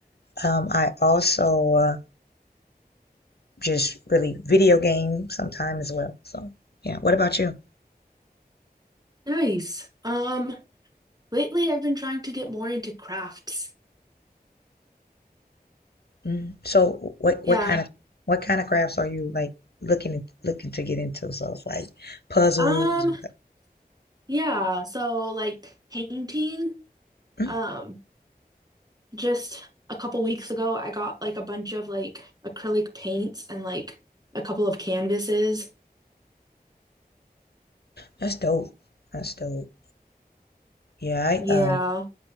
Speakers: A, on the left (about 80°); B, on the right (about 25°).
A: um, I also uh, just really video game sometime as well. So, yeah. What about you?
B: Nice. Um, lately I've been trying to get more into crafts.
A: Mm. So, what
B: Yeah.
A: what kind of what kind of crafts are you like looking looking to get into? So, it's like puzzles
B: Um,
A: or like.
B: yeah, so like painting.
A: Mm,
B: Um, just a couple weeks ago I got like a bunch of like acrylic paints and like a couple of canvases.
A: that's dope. That's dope. Yeah, I
B: Yeah.
A: um